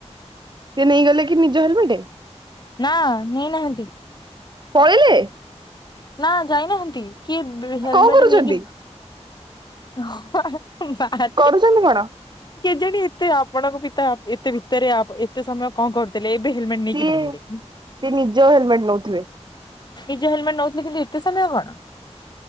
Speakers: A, on the right; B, on the left.
A: ସେ ନେଇଗଲେ କି ନିଜ ହେଲମେଟ୍?
B: ନା ନେଇନାହାନ୍ତି।
A: ପଳେଇଲେ?
B: ନା ଯାଇନାହାନ୍ତି, କିଏ ବି ହେଲମେଟ
A: କଣ କରୁଛନ୍ତି
B: ନେଇକି ବା।
A: କରୁଛନ୍ତି କଣ?
B: କେଜାଣି? ଏତେ ଆପଣଙ୍କ ପିତା ଏତେ ଭିତରେ ଆପ ଏତେ ସମୟ କଣ କରୁଥିଲେ, ଏବେ ହେଲମେଟ୍ ନେଇକି
A: ସିଏ
B: ବାହାରିଲେ।
A: ସେ ନିଜ ହେଲମେଟ ନଉଥିବେ।
B: ନିଜ ହେଲମେଟ୍ ନଉଥିଲେ, କିନ୍ତୁ ଏତେ ସମୟ କଣ?